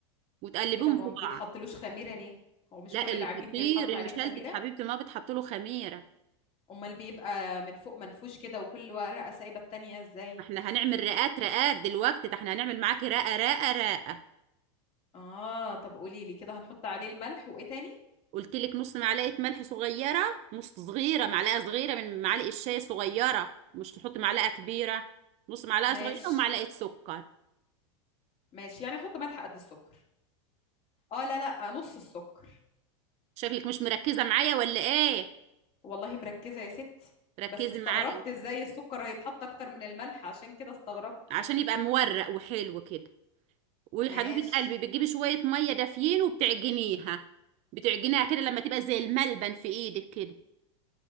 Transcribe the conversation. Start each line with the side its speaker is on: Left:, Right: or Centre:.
Right: وتقلبيهم
Left: ايه ده هو
Right: في
Left: ما بيتحطلوش
Right: بعض
Left: خميره ليه هو مش
Right: لا
Left: كل
Right: الفطير
Left: العجين بيتحط
Right: المشلتت
Left: عليه خميره
Right: حبيبتي ما بتحط له خميره
Left: امال بيبقى من فوق منفوش كده وكل ورقه سايبه التانية ازاي
Right: ما احنا هنعمل رقات رقات دلوقتي ده احنا هنعمل معاكي رقه رقه رقه
Left: اه طب قولي لي كده هنحط عليه الملح وايه تاني
Right: قلت لك نص معلقه ملح صغيره نص صغيره معلقه صغيره من معالق الشاي صغيره مش تحطي معلقه كبيره نص معلقه
Left: ماشي
Right: صغيره ومعلقه سكر
Left: ماشي يعني احط ملح قد السكر اه لا لا نص السكر
Right: شكلك مش مركزه معايا ولا ايه
Left: والله مركزه يا ستي
Right: ركزي
Left: بس استغربت
Right: معايا
Left: ازاي السكر هيتحط اكتر من الملح عشان كده استغربت
Right: عشان يبقى مورق وحلو كده وحبيبه
Left: ماشي
Right: قلبي بتجيبي شويه ميه دافيين وبتعجنيها بتعجنيها كده لما تبقى زي الملبن في ايدك كده